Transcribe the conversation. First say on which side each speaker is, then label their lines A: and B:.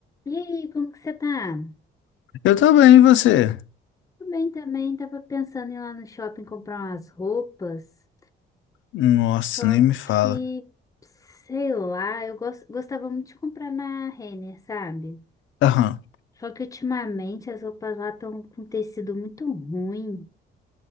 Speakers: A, on the left; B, on the left.
A: E aí, como que você tá?
B: Eu tô bem, e você?
A: Tudo bem também, tava pensando em ir lá no shopping comprar umas roupas,
B: Nossa,
A: só
B: nem me fala.
A: que, sei lá, eu gos- gostava muito de comprar na Renner, sabe?
B: Aham.
A: Só que ultimamente as roupas lá estão com tecido muito ruim,